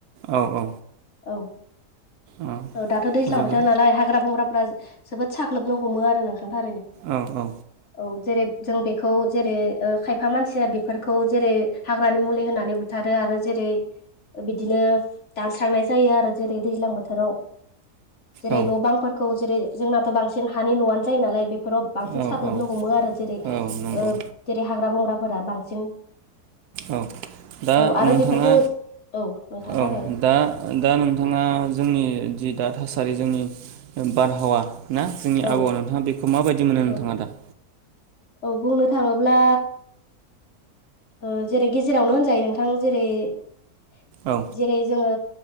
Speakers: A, on the right (about 80°); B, on the left (about 50°).
A: औ औ
B: औ
A: औ
B: ओ दाथ' दैज्लां
A: जोबोर
B: बोथोर नालाय हाग्रा बंग्रा जोबोद साग्लोबनो हमो आरो नोंथां थारैनो
A: औ औ
B: औ जेरै जों बे खौ जेरै ओ खायफा मानसिया बेफोरखौ जेरै हाग्रानि मुलि होननानै बुथारो आरो जेरै बिदिनो दानस्रांनाय जायो आरो जेरै दैज्लां बोथोराव जेरै
A: औ
B: न' बांफोरखौ जेरै जोंनाथ' बांसिन हानि न'आनो जायो नालाय बे फोराव बांसिन
A: औ
B: साग्लोबनो
A: औ
B: हमो आरो जेरै
A: औ नंगौ
B: जेरै हाग्रा बंग्राफोरा बांसिन
A: औ दा
B: औ आरो
A: नोंथाङा
B: बेफोरखौ औ नोंथां थारैनो
A: औ दा दा नोंथाङा जोंनि जि दा थासा सारि जोंनि बारहावा ना जोंनि
B: औ
A: आबाहावा नोंथाङा बेखौ माबायदि मोनो
B: औ
A: नोंथाङा दा?
B: औ बुंनो थाङोब्ला ओ जेरै गेजेरावनो होनजायो नोंथां जेरै-जेरै
A: औ
B: जोङो